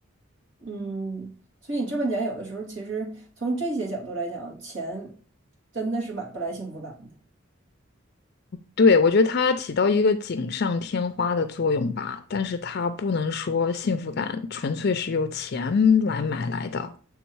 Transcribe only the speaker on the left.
对，我觉得它起到一个锦上添花的作用吧，但是它不能说幸福感纯粹是由钱来买来的，